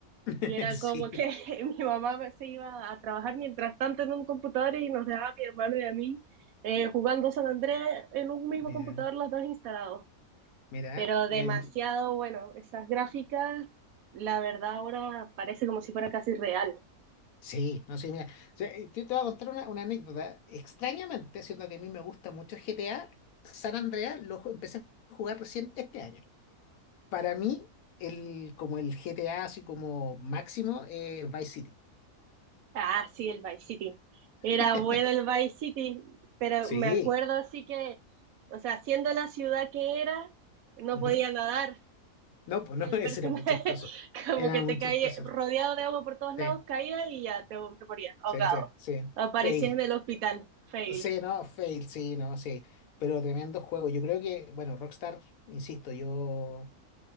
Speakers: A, on the left; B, on the right.
A: <laughs>
B: Y era
A: Sí.
B: como que <laughs> mi mamá se iba a trabajar mientras tanto en un computador y nos dejaba a mi hermano y a mí eh, jugando San Andreas en un mismo
A: Mira,
B: computador los dos instalados.
A: mira,
B: Pero
A: mira
B: demasiado
A: ahí.
B: bueno, esas gráficas, la verdad ahora parece como si fuera casi real.
A: Sí, no sé, mira. O sea, eh, yo te voy a contar una, una anécdota. Extrañamente, siendo que a mí me gusta mucho GTA, San Andreas lo ju- empecé a jugar recién este año. Para mí, el, como el GTA así como máximo, eh, Vice City.
B: Ah, sí, el Vice City. Era
A: <laughs>
B: bueno el Vice City, pero
A: Sí.
B: me acuerdo así que, o sea, siendo la ciudad que era, no
A: Ujú.
B: podía nadar.
A: No, pues
B: Era
A: no, <laughs>
B: el
A: ese
B: personaje
A: era muy chistoso.
B: <laughs> como
A: Era
B: que
A: muy
B: te
A: chistoso.
B: caía rodeado de agua por todos lados,
A: Sí,
B: caías y ya te, te morías ahogado.
A: sí, sí, sí.
B: Aparecías
A: Fail.
B: en el hospital, fail.
A: Sí, no, fail, sí, no, sí. Pero tremendo juego. Yo creo que, bueno, Rockstar, insisto, yo,